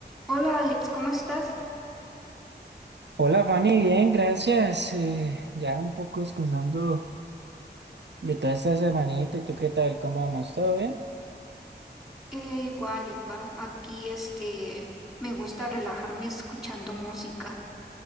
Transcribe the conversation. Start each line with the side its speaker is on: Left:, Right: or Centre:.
Centre: Hola Alex, ¿cómo estás?
Right: Hola Fanny, bien, gracias. Eh, ya un poco descansando de toda esta semanita. ¿Y tú qué tal? ¿Cómo vamos? ¿Todo bien?
Centre: Eh, igual, igual. Aquí este me gusta relajarme escuchando música.